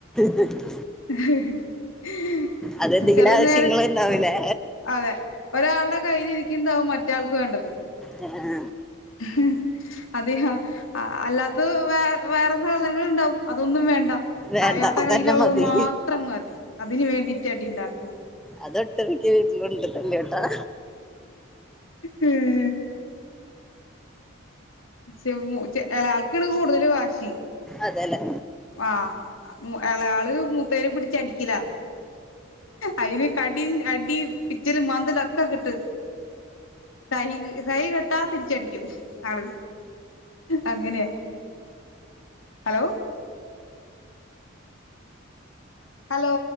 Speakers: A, in the centre; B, on the left.
A: എഹ്.
B: എഹ് എഹ്
A: അതെന്തെങ്കിലും
B: ചെല
A: ആവശ്യങ്ങൾ
B: നേര്
A: ഉണ്ടാവൂലേ
B: ആഹ് അതെ. ഒരാൾടെ കയ്യില് ഇരിക്ക്ണ്ടാവും മറ്റാൾക്ക് വേണ്ടത്.
A: ഹ് ആഹ്.
B: ഹി ഹിം അതെ ഹ അല്ലാത്ത വേ വേറെ സാധനങ്ങൾ ഉണ്ടാവും. അതൊന്നും വേണ്ട.
A: വേണ്ട
B: അയാൾടെ
A: അതന്നെ
B: കയ്യിലൊള്ളത്
A: മതി
B: മാത്രം മതി അതിന് വേണ്ടിട്ട് അടിണ്ടാക്കും.
A: അത് ഒട്ട് മിക്ക്യയാ വീട്ടില് ഇണ്ട് തല്ല് ട്ട.
B: ഉം ചെ മു എളക്കാള് കൂട്തല് വാശി.
A: അതെ അല്ലേ?
B: ആഹ് മു എളയാള് മൂത്തേര് പിടിച്ച് അടിക്ക്യലാ. അയിന് കടിയും അടി പിച്ചലും മന്താല്ക്കെ കിട്ട് സഹി സഹികെട്ടാ തിരിച്ചടിക്കും ആള്. അങ്ങനെയാ ഹലോ. ഹലോ?